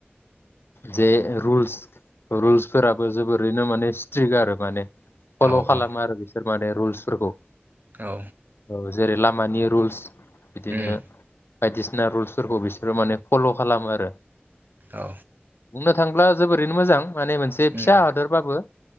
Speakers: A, on the left; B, on the right.
A: जे रुलस रुल्सफोराबो जोबोरैनो माने स्ट्रिक् आरो माने। फल'
B: औ
A: खालामो
B: औ
A: आरो बे फोर माने रुल्सफोरखौ।
B: औ
A: औ जेरै लामानि रुल्स बिदिनो
B: उम
A: बायदिसिना रुल्सफोरखौ बिसोरो माने फल' खालामो आरो
B: औ
A: बुंनो थाङोब्ला जोबोरैनो मोजां माने मोनसे
B: उम
A: फिसा हादरबाबो